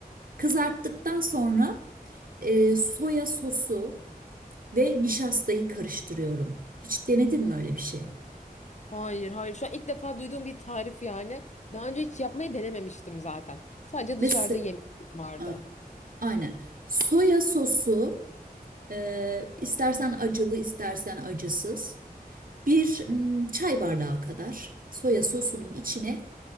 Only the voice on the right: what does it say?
Kızarttıktan sonra e, soya sosu ve nişastayı karıştırıyorum. Hiç denedin mi öyle bir şey?
Mesela
ha, aynen. Soya sosu e, istersen acılı istersen acısız. Bir mm, çay bardağı kadar soya sosunun içine